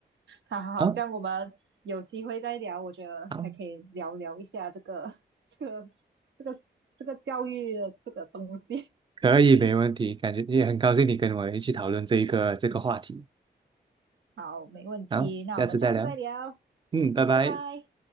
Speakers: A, on the right; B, on the right.
A: 好好好，
B: 好，
A: 这样我们有机会再聊，我觉得还可以聊聊一下这个
B: 好，
A: <laughs> 这个这个这个教育的这个东西。
B: 可以，没问题，感觉也很高兴你跟我一起讨论这一个这个话题。
A: <laughs> 好，没问题，
B: 好，
A: 那我们下次再聊，
B: 下次再聊。嗯，拜拜。
A: 拜拜。